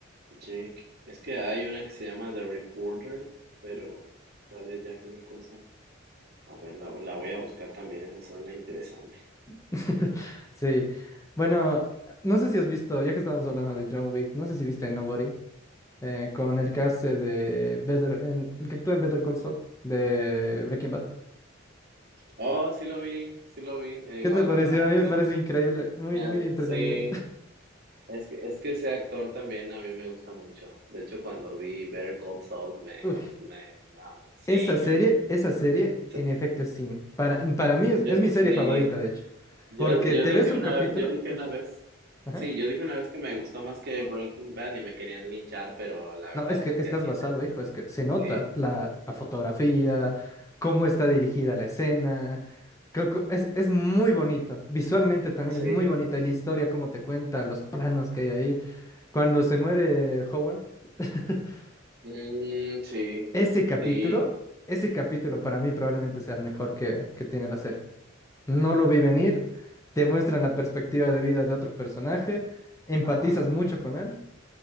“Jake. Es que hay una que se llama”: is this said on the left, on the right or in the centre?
Right